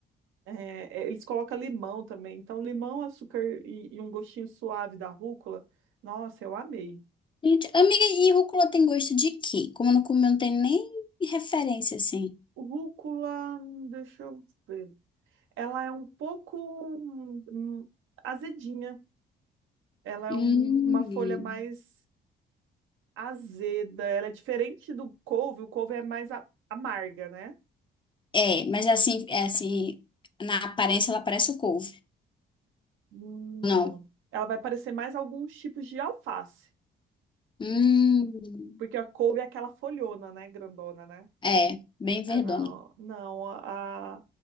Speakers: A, on the right; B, on the left.
A: É, é, eles colocam limão também. Então, limão, açúcar e, e um gostinho suave da rúcula. Nossa, eu amei.
B: Gente, amiga, e rúcula tem gosto de quê? Como eu não comi, eu não tem nem referência, assim.
A: Rúcula, hum, deixa eu ver. Ela é um pouco hum, hum, azedinha. Ela é
B: Hum.
A: um- uma folha mais azeda. Ela é diferente do couve. O couve é mais a- amarga, né?
B: É, mas é assim, é assim, na aparência ela parece o couve.
A: Não.
B: Não.
A: Ela vai parecer mais alguns tipos de alface.
B: Hum.
A: Porque a couve é aquela folhona, né? Grandona, né?
B: É, bem verdona.
A: É, não, não, a,